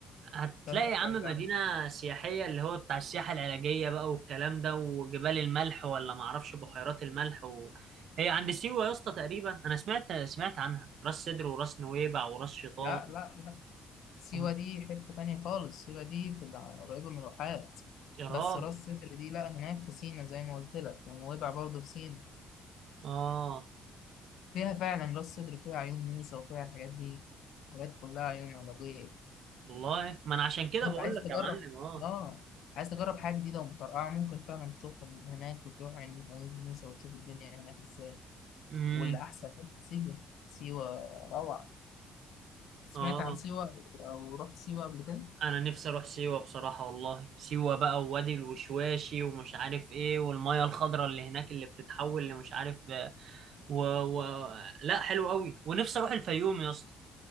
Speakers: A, on the right (about 60°); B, on the left (about 70°).
A: هتلاقي
B: فانت ابعد
A: يا عم مدينة
B: عن
A: سياحية اللي هو بتاع السياحة العلاجية بقى والكلام ده وجبال الملح ولا معرفش بحيرات الملح و... هي عند سيوة يا اسطى تقريبا أنا سمعت سمعت عنها راس سدر وراس نويبع وراس شيطان
B: لا لا لا سيوة
A: أم-
B: دي حتة تانية خالص سيوة دي في الع- قريبة من الواحات
A: يا راجل
B: بس راس سدر دي لا هناك في سينا زي ما قلت لك ونويبع برضه في سينا
A: آه
B: فيها فعلا راس سدر فيها عيون موسى وفيها الحاجات دي حاجات كلها عيون علاجية
A: والله ما أنا عشان كده
B: انت
A: بقول
B: عايز
A: لك
B: تجرب
A: يا معلم آه
B: اه عايز تجرب حاجة جديدة ومترقعة ممكن فعلا تروح هناك وتروح عند عيون موسى وتشوف الدنيا هناك ازاي
A: امم
B: والأحسن كانت سيوة سيوة روعة سمعت
A: آه
B: عن سيوة أو رحت سيوة قبل كده
A: أنا نفسي أروح سيوة بصراحة والله سيوة بقى ووادي الوشواشي ومش عارف إيه والمية الخضراء اللي هناك اللي بتتحول لمش عارف و... و... لا حلو قوي ونفسي اروح الفيوم يا اسطى